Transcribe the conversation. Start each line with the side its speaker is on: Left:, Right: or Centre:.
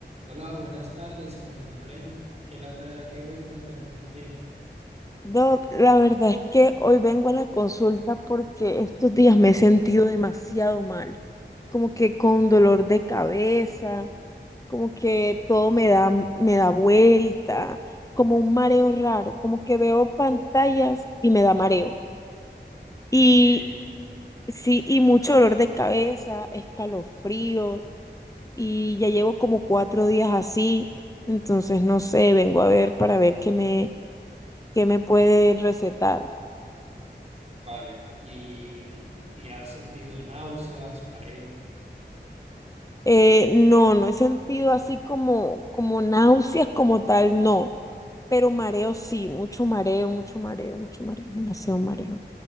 Right: Hola, buenas tardes, señorita Malena. ¿Qué la trae aquí hoy? Cuéntame, ¿qué tiene?
Left: Doc, la verdad es que hoy vengo a la consulta porque estos días me he sentido demasiado mal, como que con dolor de cabeza, como que todo me da, me da vuelta, como un mareo raro, como que veo pantallas y me da mareo. Y
Right: Ok,
Left: sí, y mucho dolor de cabeza, escalofrío, y ya llevo como cuatro días así, entonces no sé, vengo a ver para ver qué me, qué me puede recetar.
Right: Vale, y, y has sentido náuseas, mareo,
Left: Eh, no, no he sentido así como, como náuseas como tal, no, pero mareo sí, mucho mareo, mucho mareo, mucho mareo, demasiado mareo.